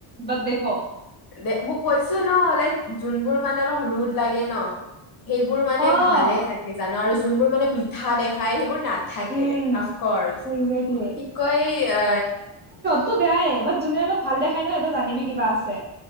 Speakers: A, on the right; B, on the left.
A: বাট দেখো
B: দে মোক কৈছো ন লাইক যোনবোৰ মানে অলপ ৰ'দ লাগে ন সেইবোৰ মানে
A: অ
B: ভালে থাকে জানো আৰু যোনবোৰ মানে মিঠা দেখাই সেইবোৰ না নাথাকে
A: উম
B: আফকৰ্চ
A: একজেক্টলি
B: কি কয় এ
A: সো বেয়াই বাট যোনে অলপ ভাল দেখাই ন সেইটো জানিবি কিবা আছে